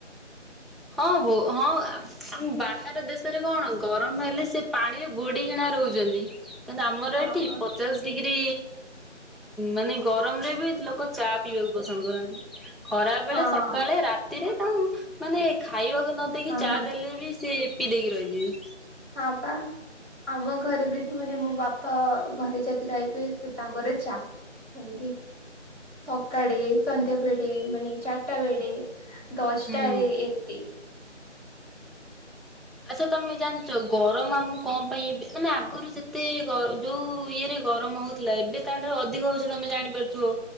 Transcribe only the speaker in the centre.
ହଁ, ବୋ, ହଁ, ଆମ ବାହାର ଦେଶରେ କଣ ଗରମ ହେଲେ ସେ ପାଣିରେ ବୁଡି କିନା ରହୁଛନ୍ତି। କିନ୍ତୁ ଆମର
ଏଠି ପଚାଶ ଡିଗ୍ରୀ ମାନେ ଗରମ ରେ ବି ଲୋକ ଚା ପିଇବାକୁ ପସନ୍ଦ କରନ୍ତିି। ଖରାବେଳେ,
ସକାଳେ, ରା ରାତିରେ ତାଙ୍କୁ ମାନେ ଖାଇବାକୁ ନ ଦେଇକି
ଚା ଦେଲେ ବି, ସେ ପିଇ ଦେଇ କି ରହିଯିବେ।
ହୁଁ।
ଆଛା, ତମେ ଜାଣିଛ ଗରମ ଆମକୁ କଣ ପାଇଁ ମାନେ ଆଗରୁ ଯେତେ ଯୋଉ ଇଏରେ ଗରମ ହଉ ଥିଲା ଏବେ ତାଠାରୁ ଅଧିକ ହୋଉଛି ତମେ ଜାଣିପାରୁଥିବ,